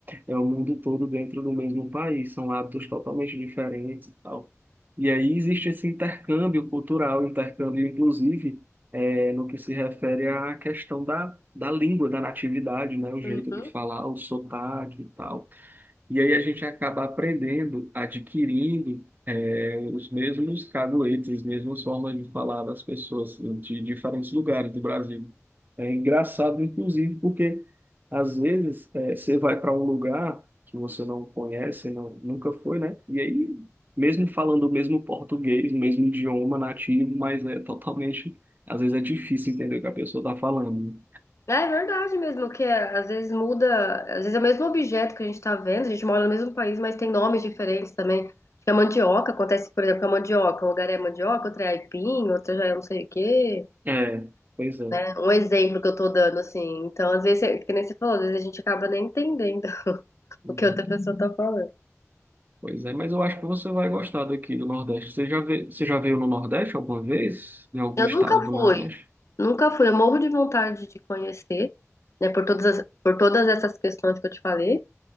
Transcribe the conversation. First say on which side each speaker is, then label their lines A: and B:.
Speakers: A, on the right; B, on the left.
A: É o mundo todo dentro do mesmo país, são hábitos totalmente diferentes e tal. E aí existe esse intercâmbio cultural, intercâmbio, inclusive, é, no que se refere à questão da, da língua, da natividade, né, o jeito
B: Uhum.
A: de falar, o sotaque e tal. E aí a gente acaba aprendendo, adquirindo eh, os mesmos caguetes, as mesmas formas de falar das pessoas de diferentes lugares do Brasil. É engraçado, inclusive, porque às vezes eh, você vai para um lugar que você não conhece, não, nunca foi, né? E aí, mesmo falando o mesmo português, o mesmo idioma nativo, mas é totalmente, às vezes é difícil entender o que a pessoa está falando.
B: É, é verdade mesmo, que é, às vezes muda, às vezes é o mesmo objeto que a gente tá vendo, a gente mora no mesmo país, mas tem nomes diferentes também. Acho que A mandioca acontece, por exemplo, com a mandioca. Um lugar é mandioca, outro é aipim, outro já é não sei o quê.
A: É, pois é.
B: né? Um exemplo que eu tô dando, assim. Então, às vezes, é- que nem você falou, às vezes a gente acaba nem entendendo <laughs>
A: Uhum.
B: o que outra pessoa tá falando.
A: Pois é, mas eu acho que você vai gostar daqui do Nordeste. Você já ve- você já veio no Nordeste alguma vez? Em algum
B: Eu
A: estado
B: nunca
A: do
B: fui,
A: Nordeste?
B: nunca fui. Eu morro de vontade de conhecer, né? Por todas as- por todas essas questões que eu te falei,